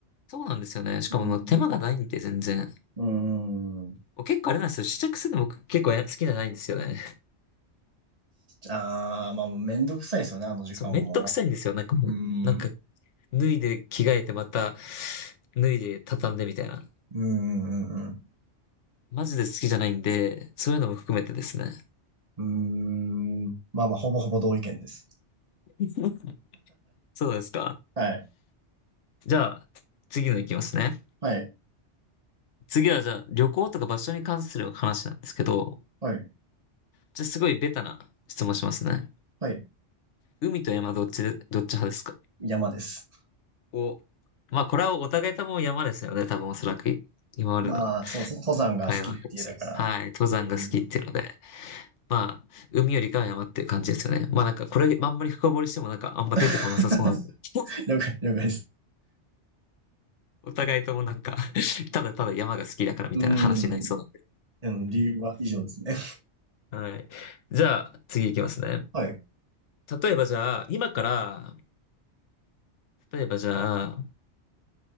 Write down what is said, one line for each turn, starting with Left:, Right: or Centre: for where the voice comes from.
Left: そうなんですよね。しかも、
Right: うん。
Left: まあ、手間がないんで、全然。
Right: うーん。
Left: 僕結構あれなんですよ。試着するの僕結構や好きじゃないんですよね。
Right: ああ、まあもうめんどくさいですよね、
Left: <laughs>
Right: あの時間も。
Left: そう、めんどくさいんですよ。なんかもう、
Right: うーん。
Left: なんか、脱いで着替えてまた、脱いで畳んでみたいな。
Right: うーん、うん、
Left: マジで好きじゃないんで、そういうのも含めてですね。
Right: うん。うーん。まあまあ、ほぼほぼ同意見です。
Left: <laughs> そうですか。
Right: はい。
Left: じゃあ、次のいきますね。
Right: はい。
Left: 次はじゃあ、旅行とか場所に関する話なんですけど、
Right: はい。
Left: じゃあすごいベタな質問しますね。
Right: はい。
Left: 海と山どっちで、どっち派ですか
Right: 山です。
Left: お、まあ、これはお互いとも山ですよね。多分おそらく今までの
Right: まあ、そうですね。登山が好きっていう、
Left: 会話です。
Right: だから、
Left: はい。登山が好きっていうので。
Right: うん。
Left: まあ、海よりかは山っていう感じですよね。まあなんかこれ、あんまり深掘りしてもなんかあんま出てこなさそうなんで。
Right: <laughs>
Left: <laughs>
Right: 了解、了解です。
Left: お互いともなんか <laughs> ただただ山が好きだからみたいな話になりそうなんで。
Right: うん。うん、理由は以上ですね。
Left: <laughs> はい。じゃあ、次行きますね。
Right: はい。
Left: 例えばじゃあ、今から、例えばじゃあ、